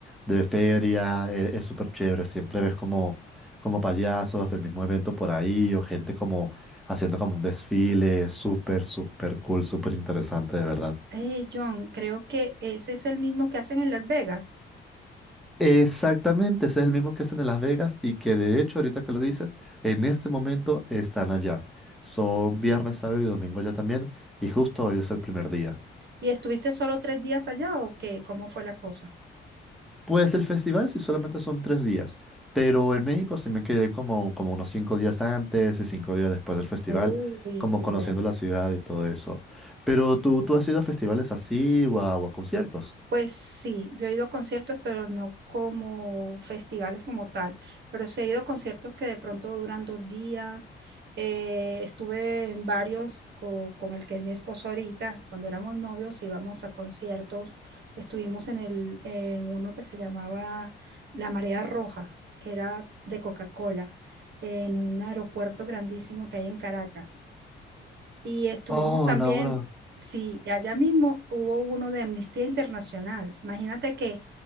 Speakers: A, in the centre; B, on the right (about 60°).
A: de feria. e- Es súper chévere. Siempre ves como, como payasos del mismo evento por ahí o gente como haciendo como un desfile. Súper, súper cool, súper interesante, de verdad.
B: Eh, John, creo que ese es el mismo que hacen en Las Vegas.
A: Exactamente, ese es el mismo que hacen en Las Vegas y que de hecho ahorita que lo dices, en este momento están allá. Son viernes, sábado y domingo allá también y justo hoy es el primer día.
B: ¿Y estuviste solo tres días allá o qué? ¿Cómo fue la cosa?
A: Pues el festival sí solamente son tres días, pero en México sí me quedé como, como unos cinco días antes y cinco días después del festival,
B: Uy,
A: como
B: qué
A: conociendo
B: bueno.
A: la ciudad y todo eso. Pero tú, tú has ido a festivales así o a, o a conciertos.
B: Pues sí, yo he ido a conciertos, pero no como festivales como tal, pero sí he ido a conciertos que de pronto duran dos días. Eh, estuve en varios co- con, el que es mi esposo ahorita, cuando éramos novios íbamos a conciertos. Estuvimos en, el, en uno que se llamaba La Marea Roja, que era de Coca-Cola, en un aeropuerto grandísimo que hay en Caracas. Y estuvimos
A: Oh,
B: también,
A: no, ahora.
B: sí, allá mismo hubo uno de Amnistía Internacional. Imagínate que